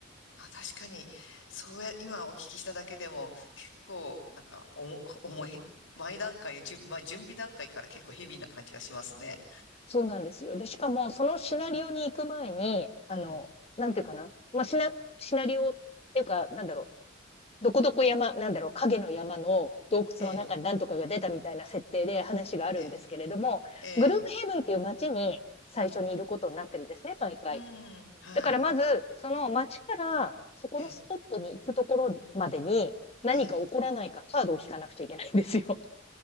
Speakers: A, on the left; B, on the left.
A: あ、確かに、そうや、今お聞きしただけでも、結構、なんか、おも、<laughs> 重い、前段階、じゅ、まあ、準備段階から結構ヘビーな感じがしますね。
B: そうなんですよ。で、しかも、そのシナリオに行く前に、
A: うん。
B: あの、
A: うん
B: なんていうかな。まあ、シナ、シナリオっていうか、なんだろう。どこどこ山、なんだろう、影の山の洞窟の中に何とかが出たみたいな設定で話があるんですけれども、
A: ええ。ええ。ええ。
B: グルーブヘブンっていう街に最初にいることになってるんですね、
A: うん。
B: 毎回。
A: うん。はい。
B: だからまず、その街からそこのスポットに行くところまでに何か起こらないかカードを引かなくちゃいけないんですよ。
A: ええ。ええ。